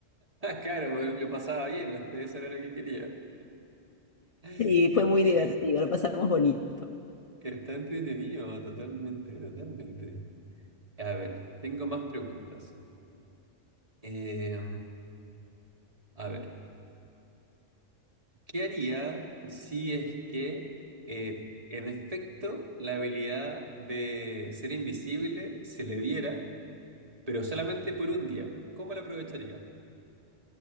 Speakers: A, on the right (about 30°); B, on the left (about 60°).
A: Claro, pues, lo pasaba bien, usted eso era lo que quería. <laughs>
B: Sí, fue muy divertido, lo pasamos bonito.
A: Está entretenido, totalmente, totalmente. A ver, tengo más preguntas. Eh, a ver, ¿qué haría si es que, eh, en efecto, la habilidad de ser invisible se le diera, pero solamente por un día? ¿Cómo la aprovecharía?